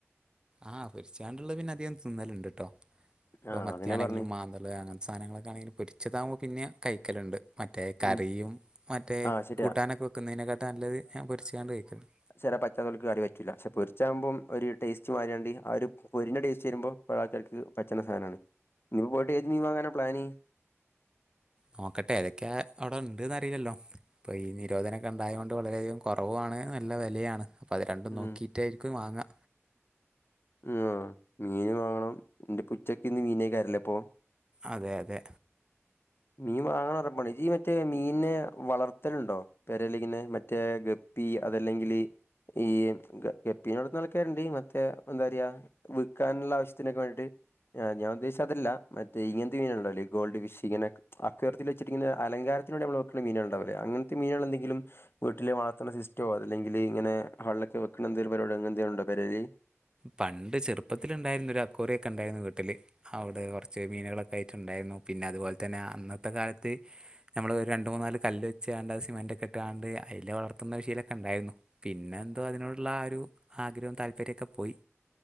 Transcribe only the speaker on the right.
ആഹ് പൊര്ച്ച്ങ്ങാണ്ട് ള്ളെ പിന്നെ അധികം തിന്നല്ണ്ട്ട്ടോ ഇപ്പൊ
മത്ത്യാണെങ്കിലും
മാന്തള് അങ്ങൻ സാനങ്ങളക്കെണെങ്കിലും പൊര്ച്ചതാവുമ്പോ പിന്നിം കയ്ക്കല്ണ്ട്. മറ്റേ കറിയും
മറ്റേ
കൂട്ടാനൊക്കെ വയ്ക്കുന്നയ്നേ കാട്ടെ നല്ലത് ഞാൻ പൊരിച്ച്കാണ്ട് കഴിക്കു <unintelligible>
നോക്കട്ടെ ഏതൊക്കെ അവടെണ്ട്ന്നറില്ലല്ലോ. ഇപ്പൊ ഈ നിരോധനക്കെണ്ടായോണ്ട് വളരെയധികം കൊറവാണ് നല്ല വെലയാണ്. അപ്പം അത് രണ്ടും
നോക്കിട്ടായിരിക്കും വാങ്ങാ.
അതെ യതെ
പണ്ട് ചെർപ്പത്തിലുണ്ടായിരുന്നു ഒരു അക്വേറിയോക്കെ ഇണ്ടായിരുന്നു വീട്ടില് അവിടെ കോർച്ച് മീനുകളൊക്കെ ആയിട്ട് ഇണ്ടായിന്നു പിന്നെ അതു പോലെ തന്നെ അന്നത്തെ കാലത്ത് നമ്മള് രണ്ടു മൂന്നാല് കല്ലുവെച്ചാണ്ട് അത് സിമെന്റൊക്കെ ഇട്ട്ക്കാണ്ട് അയ്ല് വളർത്തുന്നൊരു ശീലോക്കെ ഉണ്ടായിരുന്നു. പിന്നെ എന്തോ അതിനോടുള്ള ആഹ് ഒരു ആഗ്രഹവും താല്പര്യക്കെ പോയി